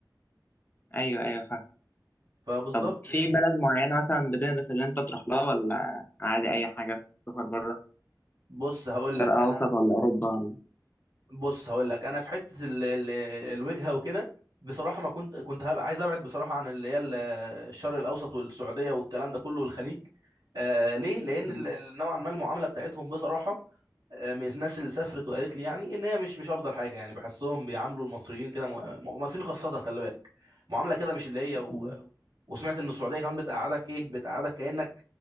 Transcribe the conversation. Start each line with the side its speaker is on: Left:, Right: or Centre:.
Left: ايوه ايوه فاهم
Right: فبالظبط
Left: طب في
Right: يعني
Left: بلد معينة مثلا بتدرس اللي انت تروح لها ولا عادي اي حاجة تسافر بره
Right: بص هقول
Left: شرق
Right: لك انا
Left: اوسط ولا اوروبا ولا
Right: بص هقول لك انا في حته ال ال الوجهه وكده بصراحه ما كنت كنت هبقى عايز ابعد بصراحه عن اللي هي ال- الشرق الاوسط والسعوديه والكلام ده كله والخليج آه ليه لان
Left: مم.
Right: ال- ال- نوعا ما المعامله بتاعتهم بصراحه آه، من الناس اللي سافرت وقالت لي يعني ان هي مش مش افضل حاجه يعني بحسهم بيعاملوا المصريين كده م- المصريين خاصه خلي بالك معامله كده مش اللي هي و...
Left: مم.
Right: وسمعت ان السعوديه كمان بتقعدك ايه بتقعدك كانك